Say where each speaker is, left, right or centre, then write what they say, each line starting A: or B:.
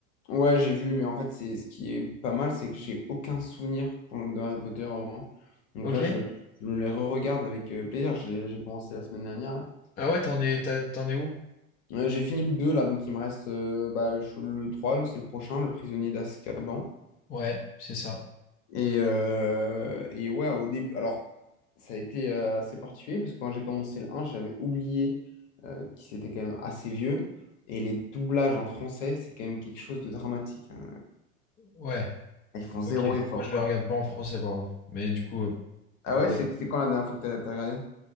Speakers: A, on the left (about 55°); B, on the left (about 20°).
A: ouais, j'ai vu. Mais en fait, c'est ce qui est pas mal, c'est que j'ai aucun souvenir pour- de Harry Potter, vraiment. Donc
B: Ok.
A: là, je, je me les re-regarde avec euh, plaisir. J'ai j'ai commencé la semaine dernière, là.
B: Ah ouais, t'en es, t'as- t'en es où?
A: Euh, j'ai fini le 2 là, donc il me reste euh, bah, je- le 3 c'est le prochain, Le Prisonnier d'Azkaban.
B: Ouais, c'est ça.
A: Et, euh, et ouais, au début, alors ça a été euh, assez particulier parce que quand j'ai commencé le un j'avais oublié euh, qu'il était quand même assez vieux. Et les doublages en français, c'est quand même quelque chose de dramatique. hein.
B: Ouais,
A: Ils font zéro
B: ok.
A: effort,
B: Moi, je
A: quoi.
B: le regarde pas en français, par contre. Mais du coup, euh,
A: Ah
B: peut-être.
A: ouais, c'est c'est quand la dernière fois que t'as t'as regardé?